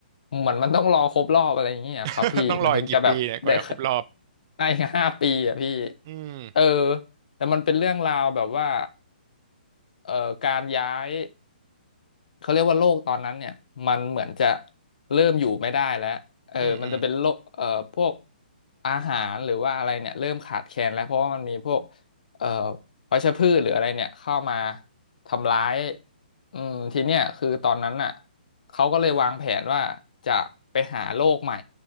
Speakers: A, on the left; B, on the right.
A: เหมือนมันต้องรอครบรอบอะไรเงี้ยครับพี่มันถึงจะแบบได้
B: <laughs> ต้องรออีกกี่ปีเนี่ยกว่าจะครบรอบ
A: <laughs> ได้ห้าปีอ่ะพี่
B: อืม
A: เออแต่มันเป็นเรื่องราวแบบว่าเอ่อการย้าย เขาเรียกว่าโลกตอนนั้นเนี่ยมันเหมือนจะเริ่มอยู่ไม่ได้แล้วเออมันจะเป็นโลกเอ่อพวก
B: อืมอืม
A: อาหารหรือว่าอะไรเนี่ยเริ่มขาดแคลนแล้วเพราะว่ามันมีพวกเอ่อวัชพืชหรืออะไรเนี่ยเข้ามาทำร้ายอืมทีเนี้ยคือตอนนั้นน่ะเขาก็เลยวางแผนว่าจะไปหาโลกใหม่